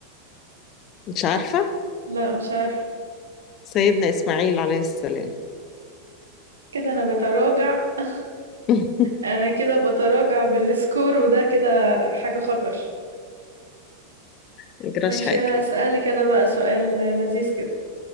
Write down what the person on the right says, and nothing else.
<laughs> لا مش عارف
كده انا بتراجع <laughs>
انا كده بتراجع بالسكور وده كده حاجة خطر
ماشي
هسألك انا بقى سؤال لذيذ كده